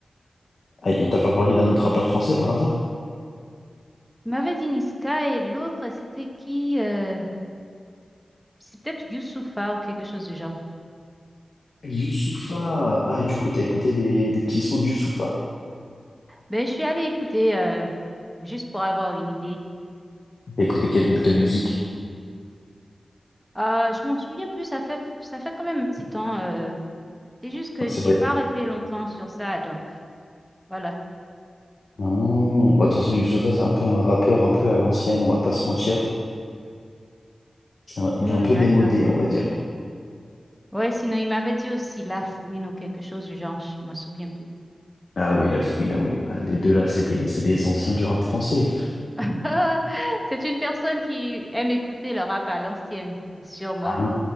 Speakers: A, on the left; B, in the centre.
A: Ah, il t'a pas parlé d'un autre rappeur français par hasard?
B: Il m'avait dit Niska et l'autre, c'était qui? euh, C'est peut-être Youssoupha ou quelque chose du genre.
A: Youssoupha. Ah du coup t'as écouté des, des petits sons de Youssoupha.
B: Ben, je suis allée écouter euh, juste pour avoir une idée.
A: T'as écouté quelle, quelle musique?
B: Ah, je m'en souviens plus. Ça fait ça fait quand même un petit temps. euh, C'est juste que
A: C'est
B: j'ai
A: vrai.
B: pas arrêté longtemps sur ça, donc voilà.
A: Oh, bah, de toute façon, Youssoupha, c'est un peu un rappeur un peu à l'ancienne, on va pas se mentir. C'est un-
B: Hmm,
A: Il est un peu
B: d'accord.
A: démodé, on va dire.
B: Ouais, sinon il m'avait dit aussi la fouine ou quelque chose du genre, je m'en souviens plus.
A: Ah oui, la fouine, ah oui. Bah, les deux là, c'est des, c'est des anciens du rap français.
B: <laughs> C'est une personne qui aime écouter le rap à l'ancienne, sûrement.
A: Ah,